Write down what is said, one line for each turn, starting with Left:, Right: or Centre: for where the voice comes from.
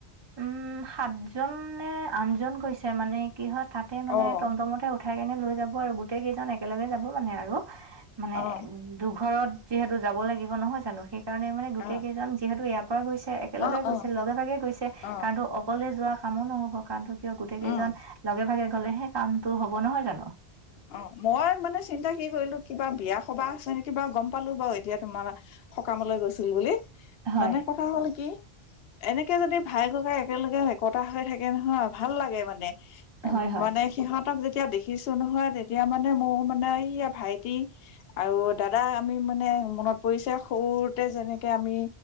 Right: উম সাতজনে আনজন গৈছে মানে কি হয় তাতে মানে
Left: অ',
Right: টমটমতে উঠাই কেনে লৈ যাব আৰু গোটেই কেইজন একেলগে যাব মানে আৰু <unintelligible> মানে
Left: অ',
Right: দুঘৰত যিহেতু যাব লাগিব নহয় জানো সেই <unintelligible> সেইকাৰণে মানে গোটেই
Left: অ',
Right: কেইজন যিহেতু ইয়াৰ পৰা গৈছে একেলগে
Left: অ',
Right: গৈছে
Left: অ',
Right: লগে ভাগেই গৈছে
Left: অ',
Right: কাৰণো অকলে যোৱা কামো নহব কাৰণো কিয় গোটেই
Left: উম,
Right: কেইজন লগে ভাগে গলে সেই কামটো হব নহয় জানো <unintelligible>
Left: অ মই মানে চিন্তা কি কৰিলো কিবা বিয়া সবাহ আছে নে কিবা গম পালো বাৰু এতিয়া তোমাৰ সকামলৈ গৈছিল বুলি
Right: হয়
Left: মানে কথা হ'ল কি এনেকে যদি ভাই ককাই একেলগে একতা হৈ থাকে নহয় ভাল লাগে মানে উম
Right: হয় হয়
Left: মানে সিহঁতক যেতিয়া দেখিছো নহয় তেতিয়া মানে মোৰ মানে এই ভাইটি আৰু দাদা আমি মানে মনত পৰিছে সৰুতে যেনেকে আমি